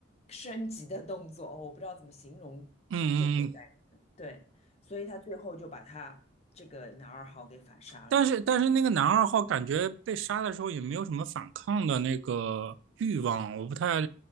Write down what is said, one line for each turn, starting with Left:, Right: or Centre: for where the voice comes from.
Left: 升级的动作，我不知道怎么形容这个感觉，
Right: 嗯嗯，
Left: 对，所以他最后就把他这个男二号给反杀了。
Right: 但是但是那个男二号感觉被杀的时候也没有什么反抗的那个欲望，我不太，